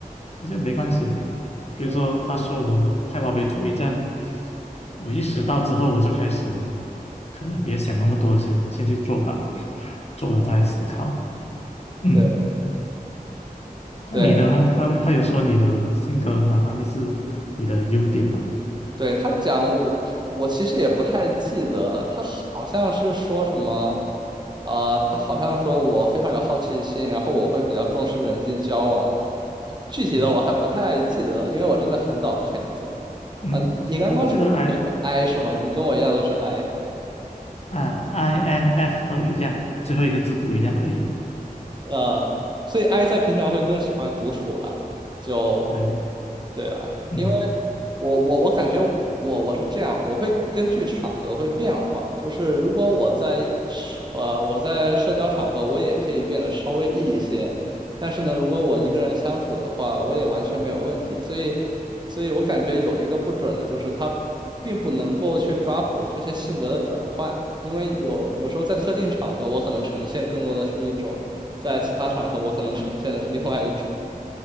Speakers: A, on the left; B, on the right.
A: 我觉得没关系吧。比如说，
B: 嗯，
A: 他说我太完美主义，这样我意识到之后，我就开始可能别想那么多先，先去做吧，做了再思考。嗯，
B: 对
A: 那你呢？
B: 对。
A: 他他他有说你的性格哪方面是你的优点吗？
B: 对，他讲我我我其实也不太记得了，他好像是说什么，呃，他好像说我非常有好奇心，然后我会比较重视人际交往，具体的我还不太记得了，
A: 嗯
B: 因为我真的很早之前做。
A: 嗯，
B: 啊，你刚刚说我是
A: 我记得 I
B: I 是吗？你跟我一样都是 I。
A: 啊 INF 都一样，最后一个字不一样而已。
B: 呃，所以 I 在平常会更喜欢独处了，就
A: 对，
B: 对啊，
A: 嗯
B: 因为我我我感觉我我是这样，我会根据场合会变化，就是如果我在社呃我在社交场合，我也可以变得稍微 E 一些，但是呢，如果我一个人相处的话，
A: 嗯，
B: 我也完全没有问题，所以所以我感觉有一个不准的就是它并不能够去抓捕这些性格的转换。因为有有时候在特定场合，我可能呈现更多的是一种。在其他场合我可能呈现的是另外一种，